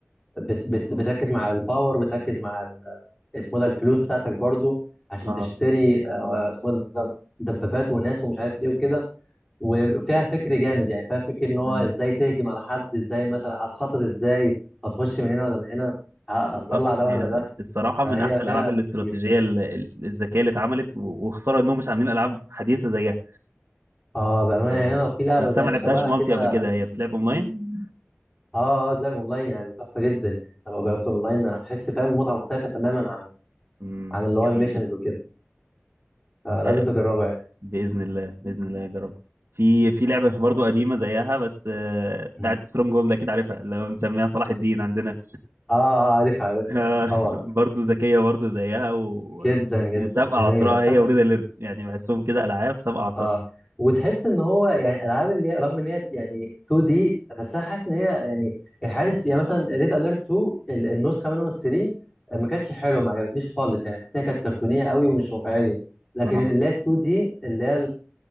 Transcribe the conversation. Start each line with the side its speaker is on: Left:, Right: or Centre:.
Left: بت... بت... بتركز مع الباور وبتركز مع ال... اسمه ده الفلوس بتاعتك برضو عشان
Right: اه
Left: تشتري آه، اسمه ده دبابات وناس ومش عارف ايه وكده وفيها فكر جامد يعني فيها فكر ان هو
Right: مم.
Left: ازاي تهجم على حد ازاي مثلا هتخطط ازاي هتخش من هنا ولا من هنا هتطلع
Right: بالظبط
Left: ده ولا
Right: هي
Left: ده
Right: الصراحة
Left: فهي
Right: من أحسن
Left: فيها
Right: الألعاب الاستراتيجية
Left: تفكير
Right: ال- ال- الذكية اللي اتعملت و- وخسارة إنهم مش عاملين ألعاب حديثة زيها
Left: اه بامانه
Right: آم،
Left: يعني انا لو في لعبه
Right: بس
Left: زي
Right: أنا ما لعبتهاش
Left: شبهها
Right: مالتي
Left: كده
Right: قبل كده هي بتلعب أونلاين
Left: اه اه تلاقي اونلاين يعني تحفه جدا يعني انت لو جربت اونلاين هتحس فاهم متعه مختلفه تماما عن
Right: مم،
Left: عن اللي
Right: جميل
Left: هو الميشنز
Right: جدا
Left: وكده فلازم
Right: آه،
Left: تجربها يعني
Right: بإذن الله بإذن الله أجربها في في لعبة برضو قديمة زيها بس آه،
Left: مم.
Right: بتاعت سترونج هولد أكيد عارفها اللي هو بنسميها صلاح الدين عندنا
Left: اه اه عارفها
Right: <laughs>
Left: عارفها
Right: آه،
Left: طبعا
Right: برضو ذكية برضو زيها و...
Left: جدا
Right: و-
Left: جدا
Right: وسابقة
Left: جميله
Right: عصرها
Left: خدت
Right: هي وريد أليرت يعني بحسهم كده ألعاب سابقة عصرها
Left: اه وتحس ان هو يعني الالعاب اللي هي رغم ان هي يعني 2 دي بس انا حاسس ان هي يعني حارس يعني مثلا ريد اليرت 2 ال- النسخه منهم ال 3 ما كانتش حلوه ما عجبتنيش خالص يعني حاسس ان هي كانت كرتونيه قوي ومش واقعيه لكن
Right: اه
Left: اللي هي 2 دي اللي هي